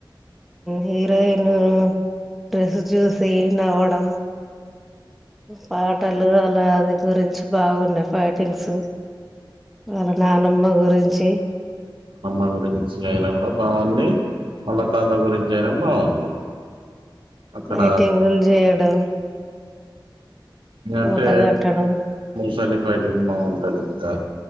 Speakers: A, in the centre; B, on the right.
A: హీరోయిన్ డ్రెస్సు చూసి నవ్వడం పాటలు అలా అది గురించి బాగున్నాయి ఫైటింగ్స్ అలా నానమ్మ గురించి
B: అమ్మ గురించి అయినా బాగుంది మళ్ళ తాత గురించి అయినా బాగుంది అక్కడ
A: ఐటింగులు చేయడం
B: ఏ
A: కోట
B: అంటే
A: కట్టడం
B: ముసలి ఫైటింగ్ బాగుంటుంది ఇంకా